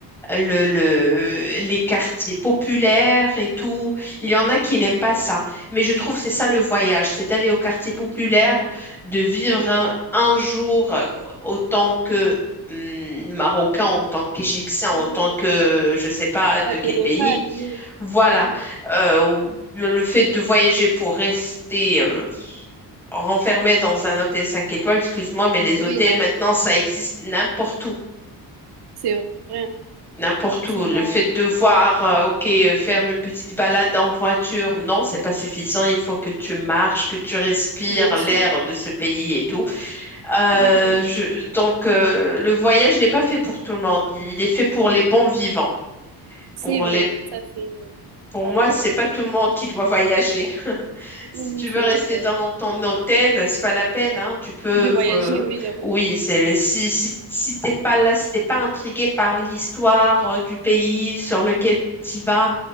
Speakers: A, in the centre; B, on the right (about 70°).
A: le, le- les quartiers populaires et tout. Il y en a qui n'aiment pas ça. Mais je trouve que c'est ça
B: Oui.
A: le voyage, c'est d'aller au quartier populaire, de vivre
B: C'est
A: un,
B: vrai.
A: un jour euh, autant que hum, Marocain, autant qu'Égyptien,
B: Mhm.
A: autant que je sais pas de
B: Pas
A: quel
B: que local,
A: pays.
B: oui.
A: Voilà,
B: Mhm.
A: Euh, ou- le fait de voyager pour rester euh, renfermé dans un hôtel 5 étoiles, excuse-moi, mais les
B: Oui,
A: hôtels
B: non,
A: maintenant, ça existe n'importe où.
B: c'est vrai.
A: N'importe
B: C'est
A: où. Le
B: pas...
A: fait de voir, euh, ok, euh, faire une petite balade en voiture, non, c'est pas suffisant. Il faut que tu marches, que tu respires
B: Bien
A: l'air
B: sûr.
A: de ce pays et tout. Euh,
B: Mhm.
A: je- donc, euh, le voyage n'est pas fait pour tout le monde. Il est fait pour les bons vivants,
B: C'est
A: pour
B: vrai,
A: les
B: ça c'est...
A: pour
B: T'as
A: moi,
B: raison.
A: c'est pas tout le monde qui doit voyager. <laughs> Si
B: Oui,
A: tu veux
B: c'est
A: rester
B: vrai que
A: dans ton hôtel, c'est pas la peine, hein. Tu peux,
B: de voyager,
A: euh,
B: oui, j'avoue.
A: oui, c'est si si si t'es pas là, si t'es pas intrigué par l'histoire euh, du pays sur lequel tu vas,